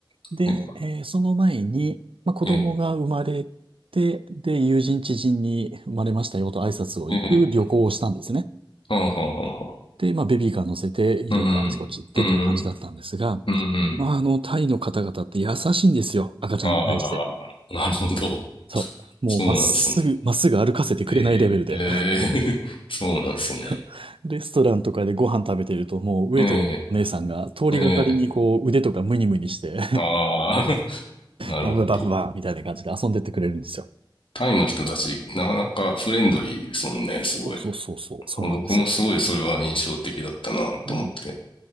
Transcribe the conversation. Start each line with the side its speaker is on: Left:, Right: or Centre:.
Right: で、
Left: え
Right: えーその前に、まあ、子供が生まれて、
Left: え、ええ、
Right: で、友人知人に生まれましたよと挨拶を行く旅行をしたんですね。
Left: ええ、はんはんはんは
Right: で、まあ、ベビーカー乗せて、いろいろあちこち行ってという感じだったんですが、
Left: うん、うん、うん、うん
Right: まあ、あの、タイの方々って優しいんですよ。赤ちゃんに対して。
Left: ああ、なるほど。
Right: そう。
Left: そうなんですね。
Right: もう、まっすぐ、まっすぐ歩かせてくれないレベルで。
Left: ええ、ええ、<laughs> そうなんですね。
Right: <laughs> レストランとかでご飯食べてると、もう、ウェイトレスのお姉さんが通りがかりに、
Left: ええ、ええ
Right: こう、腕とかムニムニして <laughs>
Left: ああ、<laughs> なるほど。
Right: バブバブバブみたいな感じで遊んでってくれるんですよ。
Left: タイの人たち、なかなかフレンドリーですもんね、すごい。
Right: <laughs> そうそうそうそう、そうなんです。
Left: 僕もすごいそれは印象的だったなと思って。
Right: うん。